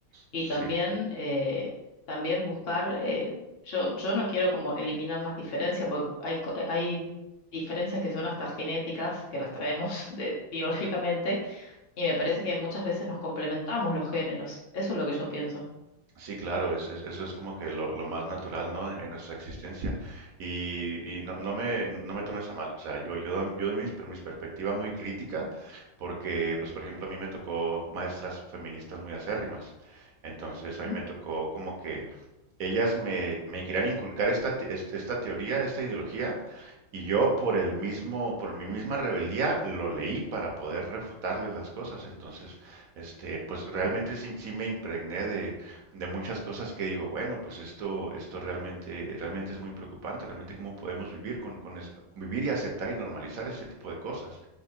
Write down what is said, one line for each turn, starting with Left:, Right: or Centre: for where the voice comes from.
Left: y
Right: Sí.
Left: también, eh, también buscar, eh, yo, yo no quiero como eliminar las diferencias porque hay, co- eh, hay diferencias que son hasta genéticas, que las traemos <laughs> de, biológicamente y me parece que muchas veces nos complementamos los géneros. Eso es lo que yo pienso.
Right: Sí, claro, es- es- eso es como que lo, lo más natural, ¿no? En nuestra existencia. Y, y no, no me, no me tomes a mal, o sea, yo, yo, doy- yo doy mis- mis perspectiva muy crítica porque, pues, por ejemplo, a mí me tocó maestras feministas muy acérrimas. Entonces, a mí
Left: Ujú.
Right: me tocó como que ellas me, me querían inculcar esta, te- est- esta teoría, esta ideología, y yo por el mismo, por mi misma rebeldía lo leí para poder refutarles las cosas. Entonces, este, pues realmente
Left: Ah,
Right: sí, sí me impregné de muchas cosas que digo, bueno, pues esto, esto realmente, realmente es muy preocupante, realmente cómo podemos vivir con, con es- vivir y aceptar y normalizar este tipo de cosas.